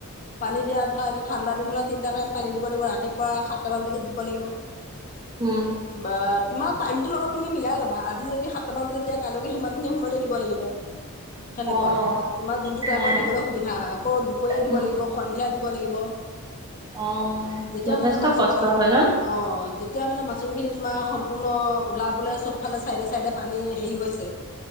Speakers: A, on the left (about 35°); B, on the right (about 20°).
A: পানী দিয়া ধৰা এতি াণ্ডা দিন হললে তিনি াইম পানী দিব লাগিব ৰাতিপুৱা সাতটামান বজাত । দিব লাগিব
B: উম,
A: বা তোমাৰ টাইমটোৰ লগত তুমি মিলাই ল'বা আজি যদি সাতটামান বজাত দিয়া কাইলৈকে সিমানখিনি সময়তে দিব লাগিব । সেনেকুৱা
B: অ',
A: তোমাৰ যোনতটো টাইমত
B: অ',
A: দিবলৈ সুবিধা হয় আকৌ দুপৰীয়া দিব
B: উম।
A: লাগিব সন্ধিয়া দিব লাগিব
B: অ
A: যেতিয়া
B: যথেষ্ট
A: মানে মাচৰুম
B: কষ্ট
A: খিনি
B: হয় ন
A: অ যেতিয়া মানে মাচৰুম খিনি তোমাৰ । সম্পূৰ্ণ ওলাবলৈ চবফালে চাইডে চাইডে পানী হেৰি হৈছে